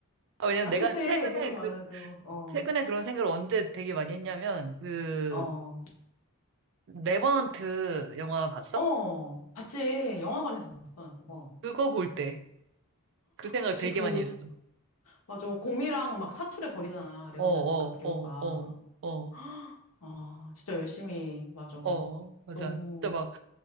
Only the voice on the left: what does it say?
아,
그치.
돈이 많아도.
어,
어,
어. 봤지. 영화관에서 봤어, 나 그거.
그치,
그,
맞아. 곰이랑 막 사투를 벌이잖아. 레오나르도
디카프리오가.
<gasps> 아, 진짜 열심히, 맞아.
너무